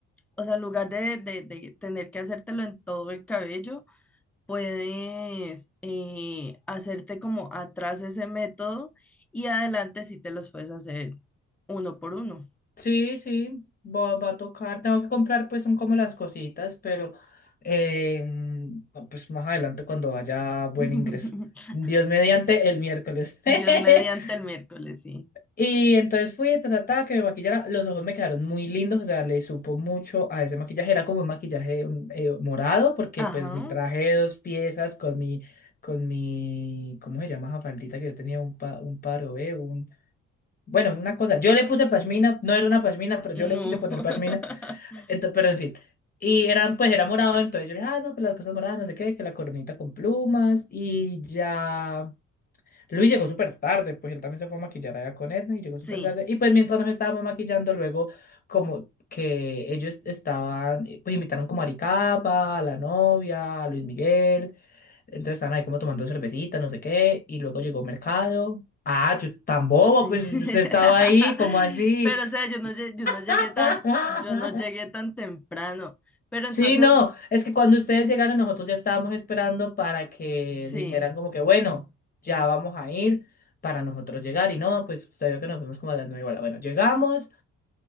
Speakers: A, in the centre; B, on the left (about 30°).
A: o sea, en lugar de, de, de tener que hacértelo en todo el cabello, puedes eh, hacerte como atrás ese método y adelante sí te los puedes hacer uno por uno.
B: sí, sí, va, va a tocar, tengo que comprar pues son como las cositas, pero eh, no, pues más adelante cuando haya buen
A: <laughs>
B: ingreso. Dios mediante el miércoles. <laughs>
A: Dios mediante el miércoles, sí.
B: Y entonces fui, ta, ta, ta, que me maquillara. Los ojos me quedaron muy lindos, o sea, le supo mucho a ese maquillaje. Era como un maquillaje un, eh, morado, porque
A: Ajá,
B: pues mi traje de dos piezas con mi, con mi, ¿cómo se llama esa faldita que yo tenía? Un, pa, un paro, ¿eh? Un, bueno, una cosa. Yo le puse pashmina, no era una pashmina, pero yo
A: no.
B: le quise poner
A: <laughs>
B: pashmina. Entonces, pero en fin. Y eran, pues era morado, entonces yo le dije, ah, no, pues las cosas moradas, no sé qué, que la coronita con plumas y ya. Luis llegó súper tarde, pues él también se fue a maquillar allá con Edna y llegó
A: Sí,
B: súper tarde. Y pues mientras nos estábamos maquillando, luego como que ellos estaban, eh, pues invitaron como a Aricapa, a la novia, a Luis Miguel. Entonces estaban ahí como tomando cervecita, no sé qué. Y luego llegó Mercado. Ah, yo tan bobo,
A: sí.
B: pues usted
A: <laughs>
B: estaba ahí, como así.
A: Pero o sea, yo no, lle- yo no llegué
B: <laughs>
A: tan, yo no llegué tan temprano, pero
B: Sí,
A: entonces,
B: no, es que cuando ustedes llegaron nosotros ya estábamos esperando para que
A: sí.
B: dijeran como que bueno, ya vamos a ir para nosotros llegar y no, pues usted vio que nos fuimos como a las nueve, hola, bueno, llegamos,